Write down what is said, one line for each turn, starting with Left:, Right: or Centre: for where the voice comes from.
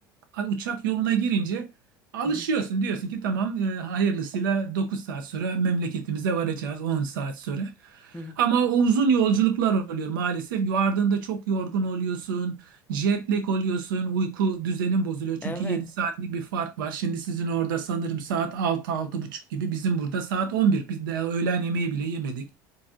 Right: e, uçak yoluna girince Alışıyorsun
Left: Hı hı.
Right: diyorsun ki tamam e, hayırlısıyla 9 saat sonra memleketimize varacağız 10 saat sonra.
Left: Hı hı.
Right: Ama o uzun yolculuklar oluyor maalesef. Vardığında çok yorgun oluyorsun, jet lag oluyorsun, uyku düzenin bozuluyor. Çünkü
Left: Evet.
Right: 7 saatlik bir fark var. Şimdi sizin orada sanırım saat altı altı buçuk gibi bizim burada saat on bir Biz de öğlen yemeği bile yemedik.